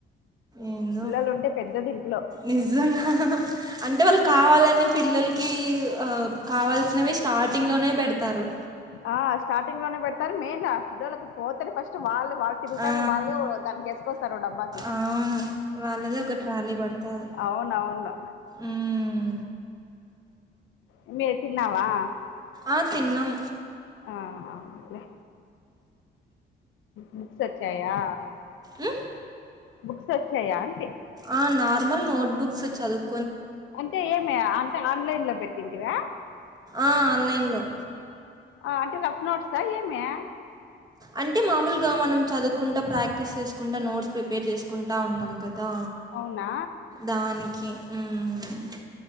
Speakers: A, on the right (about 20°); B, on the left (about 80°).
A: ఏందో
B: పిల్లలు ఉంటే పెద్దబిల్లు
A: నిజంగా అంటే వాళ్ళు కావాలని పిల్లల్కి కావల్సినవి స్టార్టింగ్లోనే పెడతారు
B: ఆ స్టార్టింగ్లోనే పెడతారు మెయిన్ ఆ పిల్లలకు పోతేనే ఫస్ట్ వాళ్ళ వాళ్ళు తిరుగుతానే
A: ఆ,
B: వాళ్ళే దానికి ఎసుకొస్తారు డబ్బాకి
A: అవును వాళ్ళదే ఒక ట్రాలీ పడతది
B: అవునవును
A: ఉమ్
B: ఎమ్మే తిన్నావా
A: ఆ తిన్నం
B: ఆ అవునులే బుక్స్ వచ్చాయా
A: మ్మ్?
B: బుక్స్ వచ్చాయా అంటి
A: ఆ నార్మల్ నోట్బుక్స్ చదువు
B: అంటే ఏమే అంటే ఆన్లైన్ లో పెట్టింటివా
A: ఆన్లైన్లో
B: అంటే రఫ్ నోట్సా ఏమే
A: అంటే మామూలుగా మనం చదువుకుంటా ప్రాక్టీస్ చేసుకుంటా నోట్స్ ప్రి పేర్ చేసుకుంటూ ఉంటాం కదా
B: అవునా
A: దానికి హ్మ్మ్